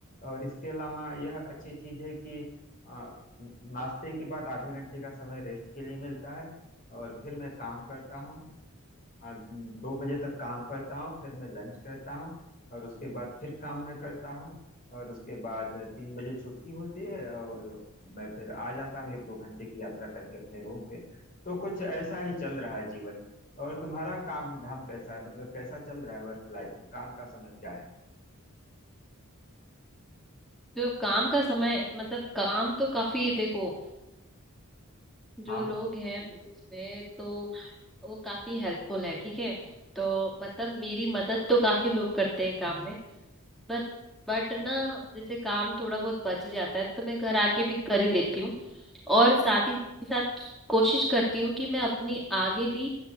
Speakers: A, on the left; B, in the centre.
A: और इसके अलावा यह अच्छी चीज है कि आ, नाश्ते के बाद आधे घंटे का समय रेस्ट के लिए मिलता है और फिर मैं काम करता हूँ आ, दो बजे तक काम करता हूँ फिर मैं लंच करता हूँ और उसके बाद फिर काम मैं करता हूँ और उसके बाद तीन बजे छुट्टी होती है और मैं फिर आ जाता हूँ एक दो घंटे की यात्रा करके अपने रूम पे तो कुछ ऐसा ही चल रहा है जीवन और तुम्हारा काम धाम कैसा है मतलब कैसा चल रहा है वर्क लाइफ काम का समय क्या है
B: तो काम का समय मतलब काम तो काफी देखो जो
A: हाँ
B: लोग हैं उसमें तो वो काफी हेल्पफुल है ठीक है तो मतलब मेरी मदद तो काफी लोग करते हैं काम में बट बट ना जैसे काम थोड़ा बहुत बच ही जाता है तो मैं घर आके भी कर ही लेती हूँ और साथ ही साथ कोशिश करती हूँ कि मैं अपनी आगे भी